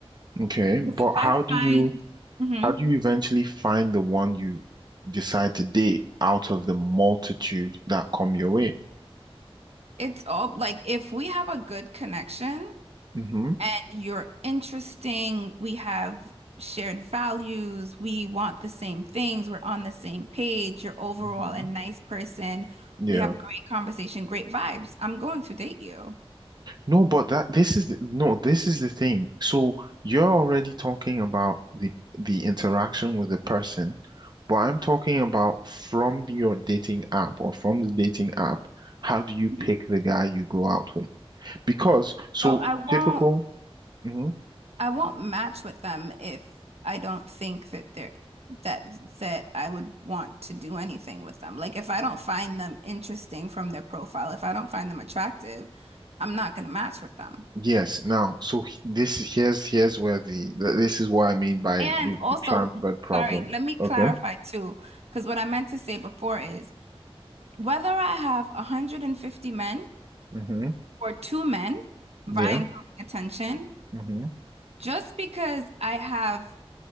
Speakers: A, on the right; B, on the right.
A: Okay. But
B: Because if
A: how
B: I find
A: do you
B: Mhm.
A: how do you eventually find the one you decide to date out of the multitude that come your way?
B: it's all like if we have a good connection,
A: hmm
B: and you're interesting. We have shared values. We want the same things. We're on the same page. You're overall
A: hmm
B: a nice person.
A: Yeah.
B: We have great conversation, great vibes. I'm going to date you.
A: No, but that this is the, no, this is the thing. So you're already talking about the the interaction with the person, but I'm talking about from your dating app or from the dating app, how do you pick
B: Mhm.
A: the guy you go out with? Because so
B: So I won't
A: typical, Mhm.
B: I won't match with them if I don't think that they're that that I would want to do anything with them. Like if I don't find them interesting from their profile, if I don't find them attractive, I'm not going to match with them.
A: yes. Now, so h- this here's here's where the th- this is what I mean by
B: And
A: the
B: also,
A: the transferred problem.
B: sorry, let me
A: Okay.
B: clarify too, because what I meant to say before is whether I have 150 men
A: hmm
B: or two men vying
A: Yeah.
B: for my attention,
A: hmm
B: just because I have